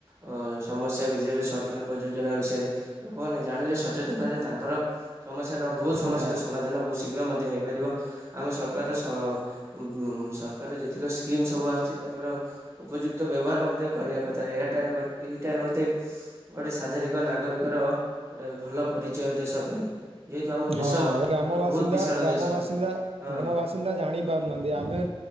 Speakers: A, on the right; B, on the right.
A: ଅ ସମସ୍ୟା ବିଷୟରେ ସରକାରଙ୍କ ଯୋଜନା ବିଷୟରେ ଲୋକମାନେ ଜାଣିଲେ ସଚେତନ ହେଲେ ତାଙ୍କର ସମସ୍ୟାର ବହୁତ୍ ସମସ୍ୟାର
B: ହଁ
A: ସମାଧାନ ବହୁତ୍ ଶୀଘ୍ର ମଧ୍ୟ ହେଇପାରିବ। ଆମେ ସରକାର-ସରକାର ଯେତିକି ସ୍କିମ୍ ସବୁ ଆସିଚି ତାଙ୍କର ଉପଯୁକ୍ତ ବ୍ୟବହାର ମଧ୍ୟ କରିବା କଥା ଏହାଟା ଏଇଟା ଗୋଟେ ଗୋଟେ ସାଧାରିକ ନାଗରିକର ଗୋଟେ ଭଲ ପରିଚୟ ଦେଶ ପାଇଁ। ଯେହେତୁ ଆମ
B: ହଁ
A: ଦେଶ
B: ଗ୍ରାମ
A: ଗୋଟେ
B: ବାସିନ୍ଦା
A: ବହୁତ ବିଶାଳ
B: ଗ୍ରାମ
A: ଦେଶ
B: ବାସିନ୍ଦା
A: ହଁ
B: ଗ୍ରାମ ବାସିନ୍ଦା ଜାଣି ପାରୁନାହାନ୍ତି ଆମେ